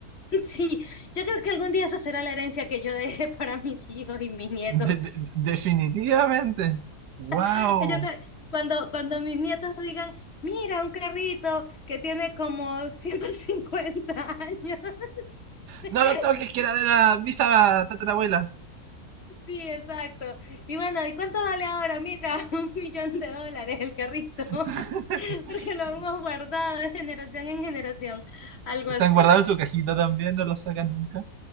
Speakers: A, on the left (about 45°); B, on the right (about 85°).
A: <laughs> Sí, yo creo que algún día esa será la herencia que yo deje <laughs> para mis hijos y mis nietos.
B: De- de- definitivamente. Wow.
A: <laughs> Yo creo- cuando, cuando mis nietos digan, mira, un carrito que tiene como 150 años. <laughs>
B: No lo toques, que era de la visa tatarabuela.
A: Sí, exacto. Y bueno, ¿y cuánto vale ahora? Mira, <laughs> un millón de dólares el carrito,
B: <laughs>
A: <laughs> porque lo hemos guardado de generación en generación, algo
B: Están
A: así.
B: guardados en su cajita también, no los sacan nunca.